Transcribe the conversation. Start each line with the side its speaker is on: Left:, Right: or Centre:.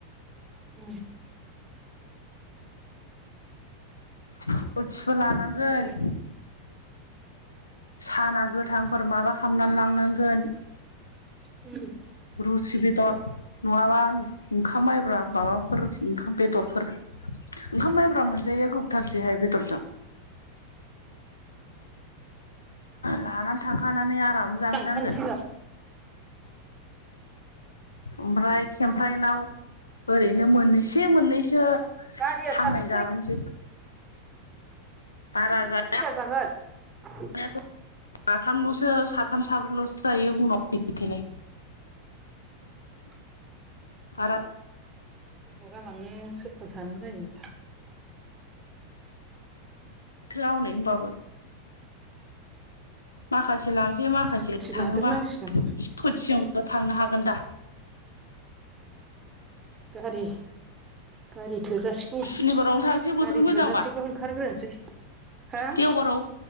Right: उम
Left: फ्रुटसबो लानांगोन।
Right: बेराय
Left: साना गोथांफोर माबा खालामनानै लांनांगोन।
Right: उम
Left: रुथि बेदर नङाबा ओंखाम माइब्रा माबाफोर ओंखाम बेदरफोर ओंखाम माइब्रा मोनजायैया गोबाव थारसैहाय बेदरजों। लानानै थांखानानै आराम जाहैनांगोन।
Right: लांखानोसै
Left: ओमफ्राय खेमफ्राइनाव ओरैनो मोननैसे मोननैसो
Right: गारिया
Left: हांनाय
Right: साबेसे
Left: जाबोनोसै बारा जा
Right: दिंखिया जागोन?
Left: नायाथ साथामल'सो साथाम साब्रैल'सो जायो उनाव थोनाय
Right: <inaudible>
Left: आरो
Right: सोरखौ गालांनो सोरखौ थानो जायो।
Left: थोया हनै होनबाबो माखासे लांसै माखासे
Right: स्कुटि
Left: थाङोबा
Right: लादेरनांसिगोन
Left: स्कुटिजोंबो थांनो हागोन दा
Right: गारि गारि थोजासिगौ
Left: सुनिबारावनो थांसै बोथोर
Right: गारि
Left: मोजांबा
Right: थोजासेखौ ओंखारग्रोसै हो
Left: देवबाराव